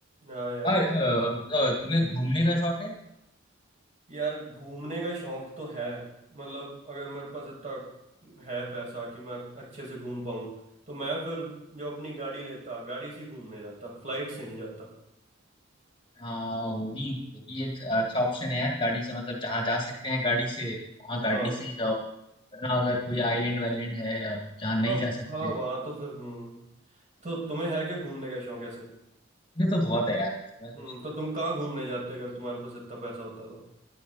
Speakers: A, on the right; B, on the left.
A: हाँ यार
B: और अ, अ, तुम्हें घूमने का शौक है
A: यार घूमने का शौक तो है मतलब अगर मेरे पास इतना है पैसा कि मैं अच्छे से घूम पाऊं तो मैं फिर जो अपनी गाड़ी लेता गाड़ी से घूमने जाता फ्लाइट से नहीं जाता
B: हाँ वो भी वो भी एक अच्छा ऑप्शन है यार गाड़ी से मतलब जहाँ जा सकते हैं गाड़ी से वहाँ
A: हाँ
B: गाड़ी से ही जाओ वरना अगर कोई आइलैंड वाइलैंड है या जहाँ नहीं
A: हाँ
B: जा सकते
A: हाँ वहां तो फिर हम्म, तो तुम्हें है क्या घूमने का शौक ऐसे
B: मुझे तो बहुत है यार मैं सोचता
A: हम्म तो तुम
B: हूँ
A: कहाँ घूमने जाते अगर तुम्हारे पास इतना पैसा होता तो